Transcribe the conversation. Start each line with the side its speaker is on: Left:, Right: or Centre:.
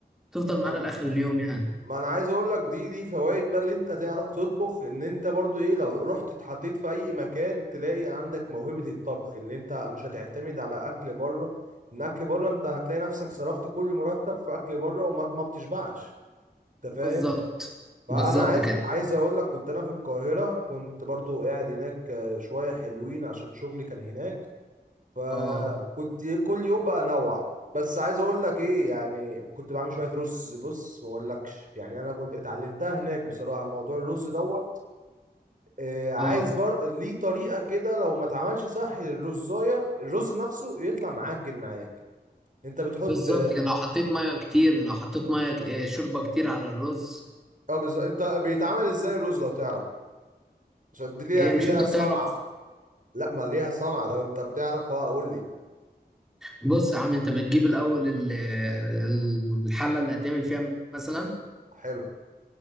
Centre: تفضل معانا
Right: انا
Centre: لاخر اليوم يعني
Right: ما انا عايز اقول لك دي دي فوائد بقى اللي انت تعرف تطبخ ان انت برضو ايه لو رحت اتحطيت في اي مكان تلاقي عندك موهبة الطبخ اللي انت مش هتعتمد على اكل بره ان اكل بره انت هتلاقي نفسك صرفت كل مرتب في اكل بره وما ما بتشبعش انت فاهم
Centre: بالظبط
Right: فانا
Centre: بالظبط
Right: عايز
Centre: كده
Right: بالظبط عايز اقول لك كنت انا في القاهرة كنت برضو قاعد هناك آه، شوية حلوين عشان شغلي كان هناك فكنت
Centre: اه
Right: كل يوم بقى انوع بس عايز اقول لك ايه يعني كنت بعمل شويه رز بص ما اقولكش يعني انا كنت اتعلمتها هناك بصراحه موضوع الرز دوت آه عايز
Centre: اه
Right: بر... ليه طريقه كده لو ما اتعملش صح للرزايه الرز نفسه يطلع معجن معاك انت بتحط
Centre: بالظبط كده لو حطيت ميه كتير لو حطيت ميه ك- آه، شوربه كتير على الرز
Right: اه بالظبط انت بيتعمل ازاي الرز لو تعرف عشان دي ليها
Centre: ايه
Right: ليها
Centre: مش انت بتعرف
Right: صنعه لا ما ليها صنعه لو انت بتعرف اه قول لي
Centre: بص يا عم انت بتجيب الاول ال- ال- الحله اللي هتعمل فيها مثلا
Right: حلو